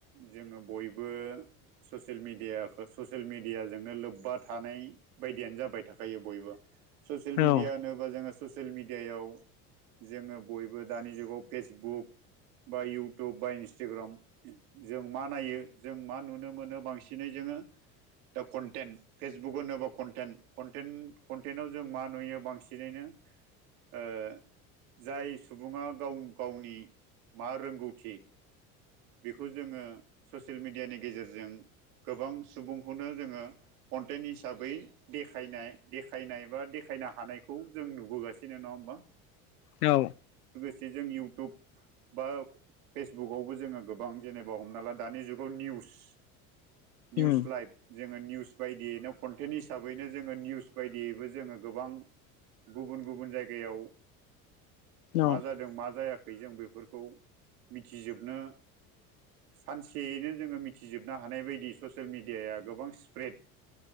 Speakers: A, on the right; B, on the left.
A: जोङो बयबो ससियेल मिडियाखो ससियेल मिडियाजोंनो लोब्बा थानाय बायदियानो जाबाय थाखायो बयबो ससियेल मिडिया
B: औ
A: होनोबा जोङो ससियेल मिडियायाव जोङो बयबो दानि जुगाव फेसबुक बा इउटुब बा इन्सटाग्राम जों मा नायो जों मा नुनो मोनो बांसिनै जोङो दा कन्टेन्ट फेसबुक होनोबा कन्टेन्ट कन्टेन्टआव जों मा नुयो बांसिनैनो <inaudible> ओ जाय सुबुङा गाव गावनि मा रोंगौथि बेखौ जोङो ससियेल मिडियानि गेजेरजों गोबां सुबुंखौनो जोङो कन्टेन्ट हिसाबै देखायनाय-देखायनाय बा देख सायना हानायखौ जों नुबोगासिनो नङा होमबा
B: औ
A: जे जों इउटुब बा फेसबुकावबो जोङो गोबां जेनेबा हमना ला दानि जुगाव निउस-निउस
B: उम
A: लाइभ जोङो निउस बायदियैनो कन्टेन्ट हिसाबैनो जोङो निउस बायदियैबो जोङो गोबां गुबुन गुबुन जायगायाव
B: औ
A: मा जादों मा जायाखै जों बेफोरखौ मिथिजोबनो
B: <inaudible>
A: सानसेयैनो जोङो मिथिजोबनो हानाय बायदि ससियेल मिडियाया गोबां स्प्रेड